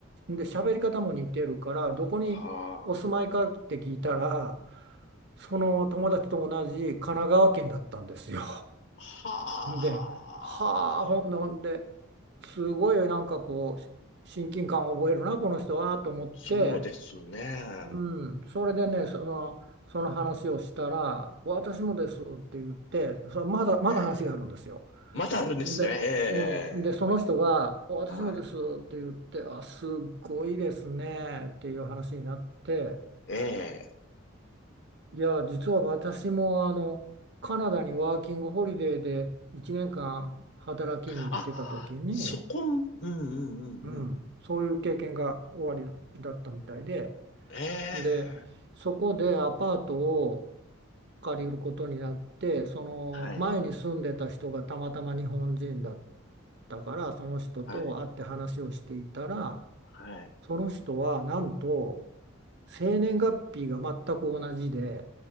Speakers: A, on the right; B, on the left.
A: で、喋り方も似てるから、どこにお住まいかって聞いたら、
B: はい。
A: その友達と同じ神奈川県だったんですよ。
B: はあ、
A: で、はあ、ほんなんで、すごいなんかこう、親近感を覚えるな、この人はと思って、
B: そうですね。
A: うん、それでね、その、その話をしたら、私もですって言って、そまだ、まだ話があるんですよ。
B: ええ。またあるんですね。
A: ほんで、
B: ええ、
A: うん、で、その人が、私もですって言って、
B: ええはい。
A: あ、すごいですねっていう話になって、
B: ええ。
A: いや、実は私もあの、カナダにワーキングホリデーで1年間働きに行ってた時に、
B: あ、そこ、うんうんうんうん。
A: うん、そういう経験が終わりだったみたいで。
B: ええ。
A: で、そこでアパートを借りることになって、その前に住んでた人がたまたま日本人だっ
B: はい、
A: たから、その人と会って話をしていたら、
B: はい、はい。
A: その人はなんと生年月日が全く同じで、